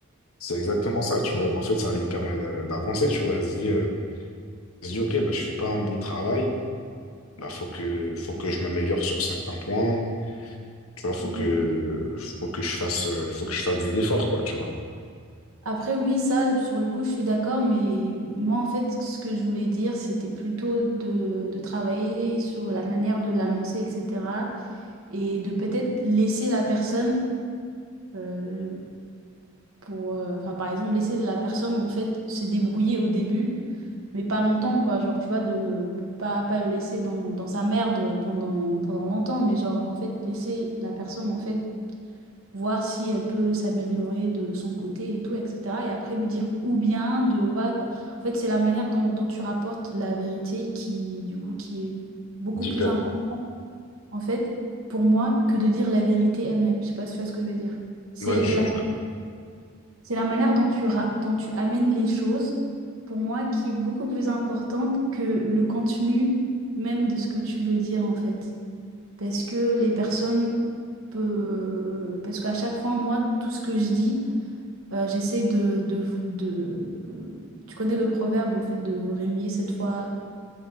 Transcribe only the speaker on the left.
c'est exactement ça, tu vois. Mais en fait, ça lui permet d'a- d'avancer, tu vois. Elle se dit, euh, elle se dit, ok, bah, je fais pas un bon travail, bah, faut que, faut que je m'améliore sur certains points, tu vois, faut
que, faut que je fasse, euh, faut que je fasse des efforts, quoi, tu vois.
Diffé-
Ouais, je,
je-